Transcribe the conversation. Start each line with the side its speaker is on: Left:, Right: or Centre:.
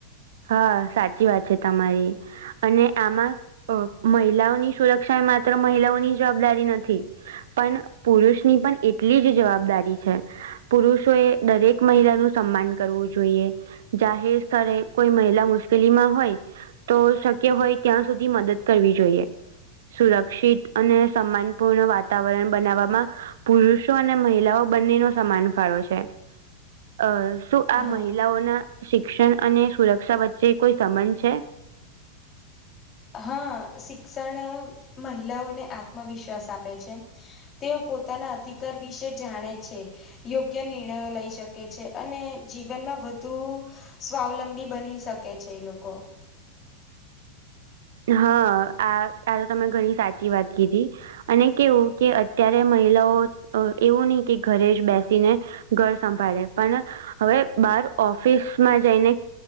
Right: હા સાચી વાત છે. તમારી અને આમાં અ મહિલાઓની સુરક્ષા એ માત્ર મહિલાઓની જવાબદારી નથી. પણ પુરુષની પણ એટલી જ જવાબદારી છે. પુરુષોએ દરેક મહિલાનું સન્માન કરવું જોઈએ જાહેર સ્થળે કોઈ મહિલા મુશ્કેલીમાં હોય તો શક્ય હોય ત્યાં સુધી મદદ કરવી જોઈએ સુરક્ષિત અને સમાનપૂર્ણ વાતાવરણ બનાવવામાં પુરુષો અને મહિલાઓ બંનેનો સમાન ફાળો છે અ શું આ
Left: હા
Right: મહિલાઓના શિક્ષણ અને સુરક્ષા વચ્ચે કોઈ સંબંધ છે.
Left: હા શિક્ષણ મહિલાઓને આત્મવિશ્વાસ આપે છે. તેઓ પોતાના અધિકાર વિશે જાણે છે. યોગ્ય નિર્ણયો લઈ શકે છે. અને જીવનમાં વધુ સ્વાવલંબી બની શકે છે. એ લોકો
Right: હા, આ આ તો તમે ઘણી સાચી વાત કીધી અને કેવું કે અત્યારે મહિલાઓ એવું નહી કે ઘરે જ બેસીને ઘર સંભાળે પણ હવે બાર ઓફિસમાં જઈને